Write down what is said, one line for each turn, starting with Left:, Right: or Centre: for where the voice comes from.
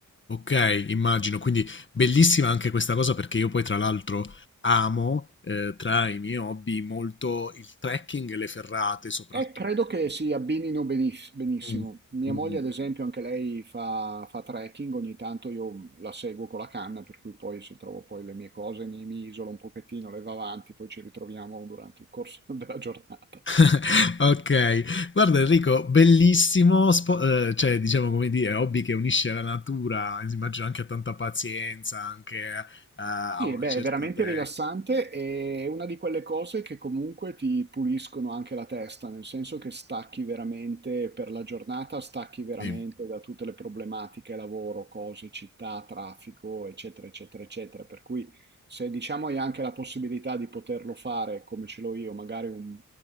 Left: Ok, immagino, quindi bellissima anche questa cosa perché io poi tra l'altro amo eh, tra i miei hobby molto il trekking e le ferrate soprattutto.
Right: Eh, credo che si abbinino benis- benissimo.
Left: Mm.
Right: Mia
Left: Mm.
Right: moglie, ad esempio, anche lei fa, fa trekking, ogni tanto io mm, la seguo con la canna, per cui poi se trovo poi le mie cose mi, mi isolo un pochettino, le va avanti, poi ci ritroviamo durante il corso <laughs> della giornata.
Left: <laughs> Ok, guarda Enrico, bellissimo, spo- eh, cioè diciamo come dire, hobby che unisce la natura, immagino anche a tanta pazienza, anche a, a
Right: Sì,
Left: una
Right: beh,
Left: certa
Right: è veramente
Left: tecnica.
Right: rilassante e è una di quelle cose che comunque ti puliscono anche la testa, nel senso che stacchi veramente per la giornata, stacchi veramente
Left: Sì,
Right: da tutte le problematiche, lavoro, cose, città, traffico, eccetera, eccetera, eccetera. Per cui se diciamo hai anche la possibilità di poterlo fare come ce l'ho io, magari un,